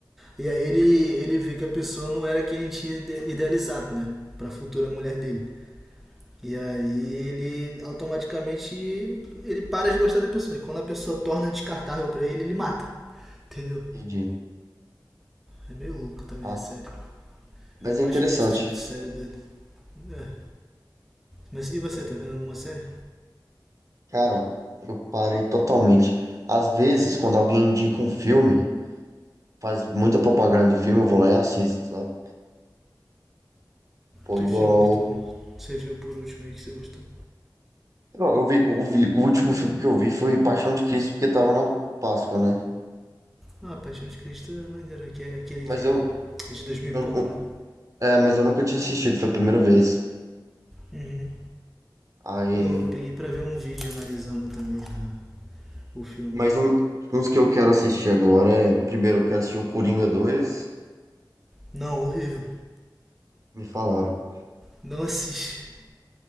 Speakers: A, in the centre; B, on the right.
A: E aí ele, ele vê que a pessoa não era quem ele tinha ide- idealizado, né? Pra futura mulher dele. E aí ele automaticamente ele para de gostar da pessoa. E quando a pessoa torna descartável pra ele, ele mata. Entendeu?
B: entendi.
A: É, é meio louco também
B: Ah,
A: a série.
B: mas
A: Eu gosto
B: é interessante.
A: de ver esse tipo de série doido. É. Mas e você, tá vendo alguma série?
B: Cara, eu parei totalmente. Às vezes, quando alguém indica um filme, faz muita propaganda do filme, eu vou lá e assisto, sabe? Pô,
A: Que
B: igual.
A: filme que tu você viu por último aí que você gostou?
B: Não, eu vi, eu vi, o último filme que eu vi foi Paixão de Cristo, porque tava na Páscoa, né?
A: Ah, Paixão de Cristo é maneiro, que é aquele
B: Mas
A: que
B: eu,
A: é de 2000
B: eu-
A: e pouco,
B: eu-
A: né?
B: é, mas eu nunca tinha assistido, foi a primeira vez.
A: Uhum.
B: Aí,
A: Eu peguei pra ver um vídeo analisando também cara, o filme.
B: mas um, uns que eu quero assistir agora é, primeiro eu quero assistir o Coringa dois.
A: Não, horrível.
B: me falaram.
A: Não assiste.